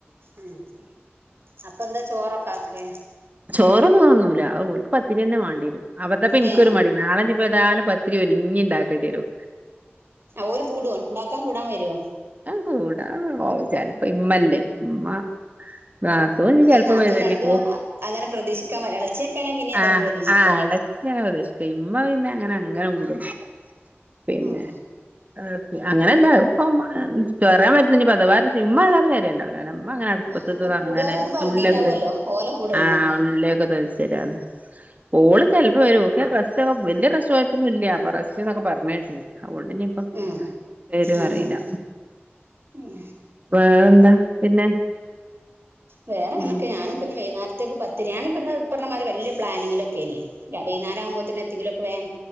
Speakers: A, on the right; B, on the right.
A: ഉം അപ്പെന്താ ചോറൊക്കെ ആക്കേ?
B: ചോറൊന്നും തിന്നൂല. അഹ്ഓൽക്ക് പത്തിര്യന്നെ വേണ്ടിയേരും. അവർടെപ്പം ഇൻക്കൊരു
A: ഏ
B: മടി നാളെ ഇഞിപ്പോ ഏതാലും പത്തിരി ഒരുങ്ങി ഉണ്ടാക്കണ്ട്യേരും.
A: ഓല് കൂടോ? ഉണ്ടാക്കാൻ കൂടാൻ വരോ?
B: കൂടാൻ ഓല് ചെൽപം ഇമ്മല്ലേ ഇമ്മ നാത്തൂൻ ഞ്
A: ഇനി
B: ചെൽപ്പം
A: നാത്തൂൻ
B: വെ വെരേക്കും
A: രണ്ടും അങ്ങനെ പ്രതീക്ഷിക്കാൻ പറയാ ഇളച്ചിയൊക്കെ ആണെ പിന്നെ ഏതായാലും
B: ആഹ്
A: പ്രതീക്ഷിക്കലാ
B: ആഹ് എളച്ച്യാണ് <unintelligible> ഇമ്മ പിന്നെ അങ്ങനെ അങ്ങനെ കൂടൊന്നില്ല പിന്നെ
A: ഉം
B: <unintelligible> അങ്ങനെല്ല ഇപ്പം മ്മ ചൊ റ്യാൻ പറ്റൂല ഞി പദവാറ്റം ചി മ്മ എതാലും വരെണ്ടാവൂല കാര്ണം ഇമ്മ അങ്ങനെ അടുപ്പത്തത്തത്
A: ഉം കൂടിയാലും
B: അങ്ങനെ,
A: ഒരു പരിധി
B: തുള്യൊക്കെ
A: ഉണ്ടാവുമല്ലോ
B: തൊല്ച്ച്
A: ഓല കൂടലിന്
B: ആഹ് ഉള്ളിയൊക്കെ തൊൽച്ചരാന്ന് ഓള് ചെൽപ്പം വരും. ഓക്കയ്ന് റെസ് റ്റാ വല്യ റസ്റ്റ കൊയപ്പൊന്നു ഇല്ല്യാ. അപ്പ റസ്റ്റ് ന്നൊക്കെ പർഞ്ഞേട്ടിനി അതോണ്ട് ഇഞ് ഇപ്പം
A: ഉം
B: വെരോ
A: ഉം
B: അറീല്ല.
A: ഉം ഉം
B: വേറെന്താ പിന്നെ
A: വേറെ ഇങ്ങനൊക്കെ
B: ഉം
A: ഞാനുംപ്പഞ്ഞ് വൈന്നാര ത്തേക്ക് പത്തിരി. ഞാനും പ്പ ന്ന് പർഞ്ഞ മായ്രി വല്യ പ്ലാനിങ്ങിലൊക്കേനി. വെയ്ന്നാരാവുമ്പോത്തിന് എത്തെങ്കിലൊക്കെ വേൻ